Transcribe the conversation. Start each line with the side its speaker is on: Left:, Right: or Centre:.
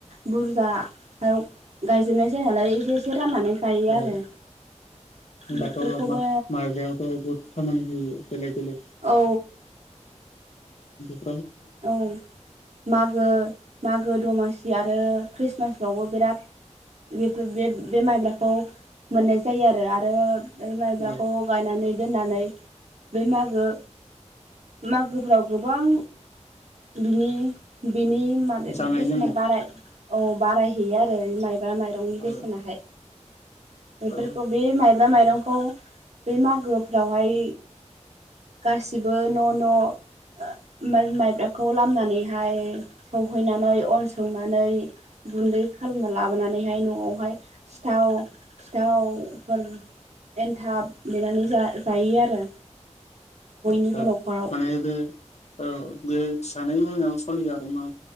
Right: बुरजा फ्राइ गायजोबनाय जायानालाय एसे एसे राननानै गायो
Left: औ
Right: आरो बेफोरखौबो
Left: दाथ' माइ <unintelligible> खामानि होयो बेलेग बेलग
Right: औ
Left: <unintelligible>
Right: औ मागो मागो दमासि आरो ख्रिस्टमास आवबो बिराद जिथु बे बे माइब्राखौ मोननाय जायो आरो बे माइब्राखौ
Left: औ
Right: जानो न आव दोननानै बे मागो मागोफ्राव गोबां बिनि बिनि माबा
Left: जानाय
Right: बेसेना
Left: लोंनाय
Right: बाराय औ बारायहैयो आरो माइबा माइरंनि
Left: औ
Right: बेसेनाहाय बेफोरखौ
Left: औ
Right: बे माइब्रा माइरंखौ बे मागोफ्रावहाय गासिबो न' न' माय ब्राखौ लामनानैहाय सौहैनानै अन सौनानै गुन्दै खालामना लाबोनानै नानैहाय न'आवहाय सिथाव सिथावफोर एन्थाब देनानै जायो आरो बयनिबो
Left: आतसा
Right: न'खराव
Left: माने बे औ बे जानै मुवायाव सोलियो आरो ना